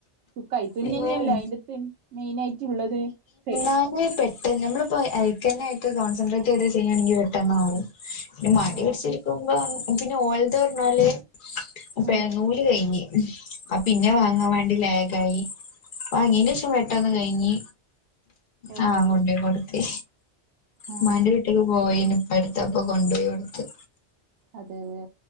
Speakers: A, on the right (about 80°); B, on the left (about 50°).
A: ഹു കൈത്തുന്നന്നെല്ലെ
B: പിന്നെ
A: അയിന്റെത്ത് മെയിൻ ആയിട്ടുള്ളത്. ഹേ
B: അയിന് <unintelligible> പ്പെ നമ്മള്പ്പൊ അയ്കെന്നായിട്ട് കോൺസെട്രേറ്റയ്ത് ചെയ്യാണെങ്കി പെട്ടന്നാവും. ഹ് പിന്നെ മടി
A: ഓ
B: പിടിച്ചിരിക്കുമ്പോ പിന്നെ ഓൾത് പർഞ്ഞാല്. പെ
A: ആ
B: നൂല് കൈഞ്ഞ് ആ പിന്നെ വാങ്ങാൻ വേണ്ടി ലാഗായി. വാങ്ങീന്റേഷം പെട്ടന്ന് കൈഞ്ഞി
A: ഓ
B: ആ കൊണ്ടോയ് കൊട്ത്ത്.
A: ആ
B: മ്മാന്റെ വീട്ട്ക്ക് പോയീനി ഇപ്പട്ത്ത് അപ്പൊ കൊണ്ടോയൊടുത്ത്.
A: അതെ തെ